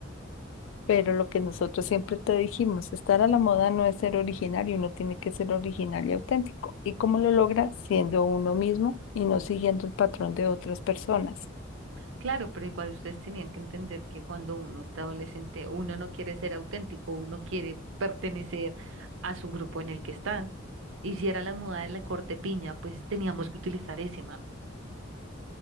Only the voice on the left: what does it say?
Pero lo que nosotros siempre te dijimos, estar a la moda no es ser originario, uno tiene que ser original y auténtico. ¿Y cómo lo logra? Siendo uno mismo y no siguiendo el patrón de otras personas.